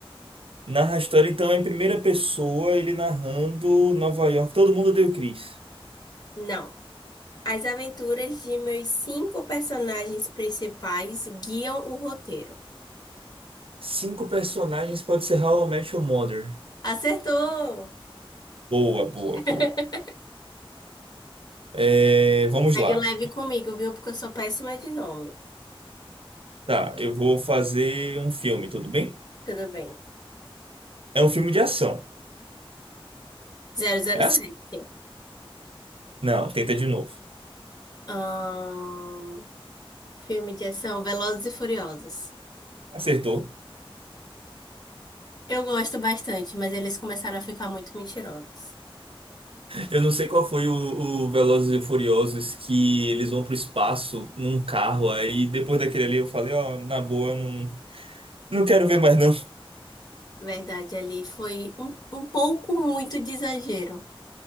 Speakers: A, on the right; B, on the left.
A: narra a história, então, em primeira pessoa, ele narrando Nova York. Todo mundo deu Chris.
B: Não. As aventuras de meus cinco personagens principais guiam o roteiro.
A: Cinco personagens pode ser How I Met Your Mother.
B: Acertou!
A: Boa, boa,
B: <laughs>
A: boa. É, vamos
B: Pegue
A: lá.
B: leve comigo, viu? Porque eu sou péssima de nome.
A: Tá, eu vou fazer um filme, tudo bem?
B: Tudo bem.
A: É um filme de ação.
B: Zero zero
A: É
B: sete.
A: ação? Não, tenta de novo.
B: Ahn, filme de ação, Velozes e Furiosos.
A: Acertou.
B: Eu gosto bastante, mas eles começaram a ficar muito mentirosos.
A: Eu não sei qual foi o, o Velozes e Furiosos que eles vão pro espaço num carro, aí depois daquele ali eu falei, ó, na boa, não, não quero ver mais não.
B: Verdade, ali foi um, um pouco muito de exagero.